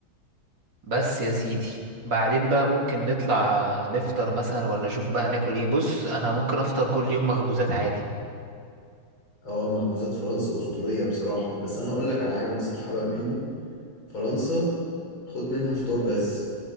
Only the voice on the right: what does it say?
بس يا سيدي بعدين بقى ممكن نطلع نفطر مثلا ولا شوف بقى ناكل ايه بص انا ممكن افطر كل يوم مخبوزات عادي